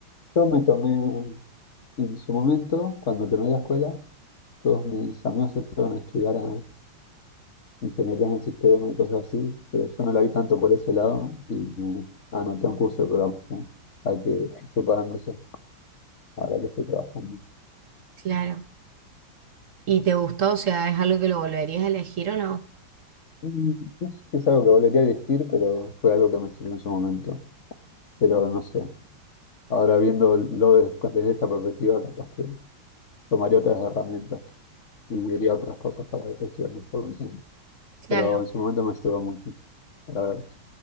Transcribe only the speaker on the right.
Claro. ¿Y te gustó? O sea, ¿es algo que lo volverías a elegir o no?
Claro,